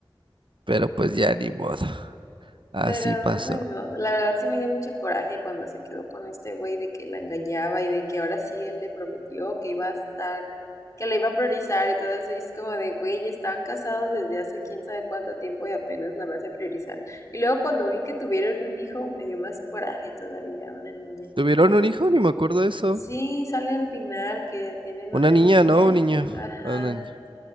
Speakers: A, on the right; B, on the left.
A: Pero pues ya ni modo. Así
B: Pero
A: pasó.
B: bueno, la verdad sí me dio mucho coraje cuando se quedó con este güey de que la engañaba y de que ahora sí él le prometió que iba a estar, que la iba a priorizar y todo eso. Y es como de, güey, estaban casados desde hace quién sabe cuánto tiempo y apenas la vas a priorizar. Y luego cuando vi que tuvieron un hijo, me dio más coraje todavía, una niña.
A: ¿Tuvieron un hijo? Ni me acuerdo de eso.
B: Sí, sale al final que tienen
A: Una
B: una
A: niña,
B: niña.
A: ¿no? Un niño.
B: Ajá.
A: Ah, una niña.